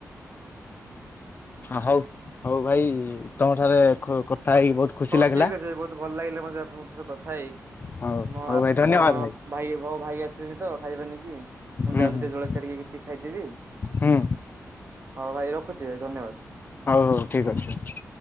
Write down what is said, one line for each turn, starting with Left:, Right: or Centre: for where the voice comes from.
Left: ହଉ ହଉ ଭାଇ ତମ ଠାରେ ହେଇକି ବହୁତ ଖୁସି
Right: ହଉ
Left: ଲାଗିଲା
Right: ଠିକ ଅଛି ବହୁତ ଭଲ ଲାଗିଲେ ମତେ ଆପଣଙ୍କ ସହିତ କଥା ହେଇ
Left: ହଉ
Right: ମୋ
Left: ହଉ ଭାଇ ଧନ୍ୟବାଦ
Right: ମୋ ଭାଇ ଭଉ ଭାଇ ଆସିିଲଣି ତ ଖାଇବା ନେଇକି। ମୁଁ
Left: ହୁଁ
Right: ଯାଉଛି
Left: ହୁଁ
Right: ଟ ଜଳଖିଆ ଟିକେ କିଛି ଖାଇଦେବି।
Left: ହୁଁ
Right: ହଁ ଭାଇ ରଖୁଛି। ଭାଇ ଧନ୍ୟବାଦ।
Left: ହଉ ହଉ ଠିକ ଅଛି।